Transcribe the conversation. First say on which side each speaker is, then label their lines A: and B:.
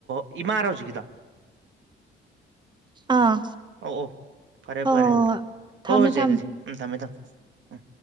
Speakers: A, on the right (about 70°); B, on the right (about 20°).
A: ꯏꯃꯥꯔ ꯍꯧꯖꯤꯒꯤꯗ
B: ꯑꯥ
A: ꯑꯧ ꯑꯣꯧ ꯐꯔꯦ
B: ꯍꯣꯏ
A: ꯐꯔꯦ
B: ꯍꯣꯏ
A: ꯑꯗꯨꯗꯤ
B: ꯍꯣꯏ ꯊꯝꯃꯦ
A: ꯍꯣ ꯍꯣꯏꯁꯦ
B: ꯊꯝꯃꯦ
A: ꯑꯗꯨꯗꯤ ꯎꯝ ꯊꯝꯃꯦ ꯊꯝꯃꯦ ꯎꯝ